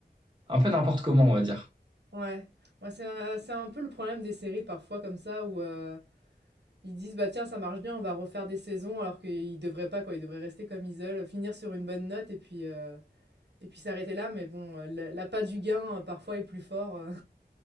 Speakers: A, on the right (about 30°); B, on the right (about 85°).
A: un peu n'importe comment, on va dire.
B: Ouais, ouais, c'est un c'est un peu le problème des séries parfois comme ça où heu, ils disent: «Bah tiens, ça marche bien, on va refaire des saisons», alors qu'ils devraient pas quoi, ils devraient rester comme ils veulent, finir sur une bonne note et puis, heu et puis s'arrêter là. Mais bon, heu, l'a l'appât du gain, heu, parfois est plus fort, heu.